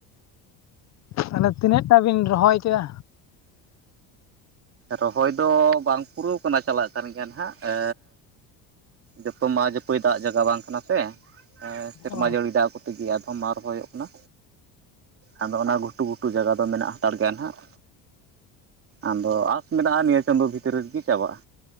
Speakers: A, on the left (about 40°); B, on the right (about 35°).
A: ᱢᱟᱱᱮ ᱛᱤᱱᱟᱹᱜ ᱴᱟᱜ ᱵᱤᱱ ᱨᱚᱦᱚᱭ ᱠᱮᱫᱟ
B: ᱨᱚᱦᱚᱭ ᱫᱚ ᱵᱟᱝ ᱯᱩᱨᱟᱹᱣ ᱠᱟᱱᱟ ᱪᱟᱞᱟᱜ ᱠᱟᱱ ᱜᱮᱭᱟ ᱱᱟᱦᱟᱜ ᱮ ᱡᱚᱛᱚ ᱢᱟ ᱡᱚᱛᱚ ᱫᱟᱜ ᱡᱟᱭᱜᱟ ᱵᱟᱝ ᱠᱟᱱᱟ ᱥᱮ ᱦᱮ ᱥᱮᱨᱢᱟ
A: ᱚ
B: ᱡᱟᱹᱲᱤ ᱫᱟᱜ ᱠᱚ ᱛᱮᱜᱮ ᱟᱫᱚᱢ ᱢᱟᱴ ᱨᱚᱦᱚᱭᱚᱜ ᱠᱟᱱᱟ ᱟᱫᱚ ᱚᱱᱟ ᱜᱷᱩᱴᱩ ᱜᱷᱩᱴᱩ ᱡᱟᱭᱜᱟ ᱫᱚ ᱢᱮᱱᱟᱜ ᱦᱟᱛᱟᱲ ᱜᱮᱭᱟ ᱱᱟᱦᱟᱜ ᱟᱫᱚ ᱟᱥ ᱢᱮᱱᱟᱜ-ᱟ ᱱᱤᱭᱟᱹ ᱪᱟᱸᱫᱳ ᱵᱷᱤᱛᱨᱤ ᱨᱮᱜᱮ ᱪᱟᱵᱟᱜ-ᱟ